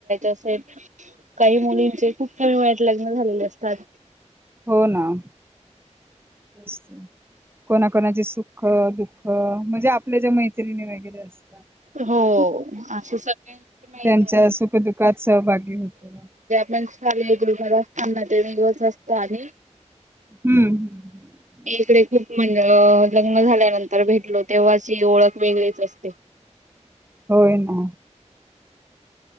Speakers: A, on the right; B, on the right.
A: अस काही मुलींचे खूप कमी वाट लग्न झालेले असतात
B: हो ना तेसत आहे कोणा कोणाचे सुख दुःख दुःख म्हणजे आपल्या ज्या मैत्रिणी वगैरे अस
A: हो असं सगळ्यां
B: त्यांच्या सुखदुःखात सहभागी होतो.
A: माण सांना ते वेगळंच असत आणि
B: हम्म हम्म
A: तिकडे खूप म्हणज लग्न झाल्यानंतर भेटलो तेव्हाची ह ओळख वेगळीच असते
B: होय ना